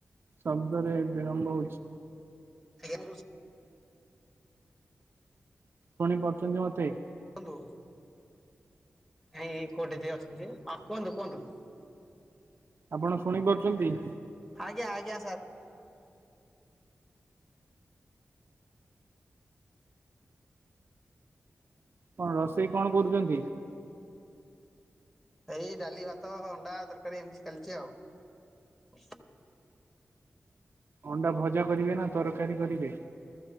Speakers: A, on the right; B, in the centre.
A: ଶବ୍ଦରେ ବିଳମ୍ବ ହଉଛି।
B: ଆଜ୍ଞା
A: ଶୁଣି ପାରୁଛନ୍ତି ମତେ?
B: କୁହନ୍ତୁ। ଏଇ କୋଉଠି ଯାଇ ଅଛନ୍ତି କୁହନ୍ତୁ କୁହନ୍ତୁ।
A: ଆପଣ ଶୁଣିପାରୁଛନ୍ତି?
B: ଆଜ୍ଞା ଆଜ୍ଞା ସାର୍।
A: କଣ ରୋଷେଇ କଣ କରୁଛନ୍ତି?
B: ଏଇ ଡାଲି ଭାତ ଅଣ୍ଡା ତରକାରୀ ଏମିତି ଚାଲିଛି ଆଉ।
A: ଅଣ୍ଡା ଭଜା କରିବେ ନା ତରକାରୀ କରିବେ?